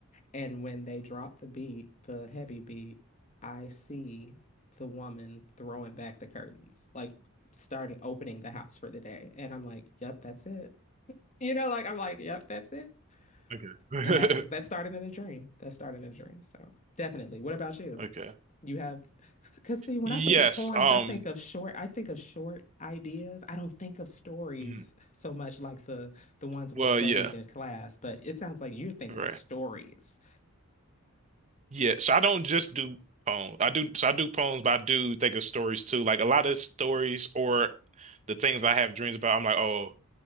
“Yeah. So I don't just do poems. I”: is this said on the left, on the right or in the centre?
Right